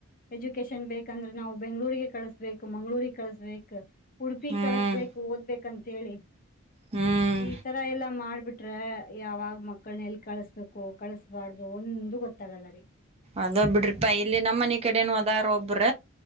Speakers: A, on the left; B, on the right.
A: ಎಜುಕೇಶನ್ ಬೇಕಂದ್ರೆ ನಾವು ಬೆಂಗ್ಗಳೂರಿಗೆ ಕಳಸ್ಬೇಕಕ್ ಮಂಗ್ಗಳೂರಿಗೆ ಕಳಸ್ಬೇಕ. ಉಡುಪಿ
B: ಹ್ಮ್
A: ಕಳಸ್ಬೇಕ. ಓದ್ಬೇಕಂತ ಹೇಳಿ.
B: ಹ್ಮ್.
A: ಈ ತರ ಎಲ್ಲಾ ಮಾಡ್ಬ. ಬಿಟ್ರೆ ಯಾವಾಗ ಮಕ್ಕಳನ ಎಲ್ಲ ಕಳಸ್ಬೇಕು. ಕಳಸ್ಬಾರ್ದು ಒಂದು ಗೊತ್ತ. ತ್ತ ಆಗಲ್ಲ ರಿ.
B: ಅದ ಬಿಡ್ರಿಪಾ ಇಲ್ಲಿ ನಮ್ಮ್ ಮನ ಕಡೆನು ಅದರ ಒಬ್ರ.